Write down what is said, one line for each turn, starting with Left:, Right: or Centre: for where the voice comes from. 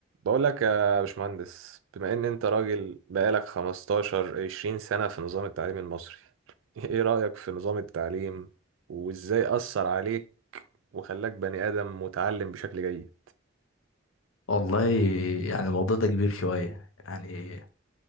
Right: بقول لك يا باشمهندس بما ان انت راجل بقالك 15 20 سنة في نظام التعليم المصري <laughs> ايه رأيك في نظام التعليم وازاي أثر عليك وخلاك بني آدم متعلم بشكل جيد
Left: والله يعني الموضوع ده كبير شوية يعني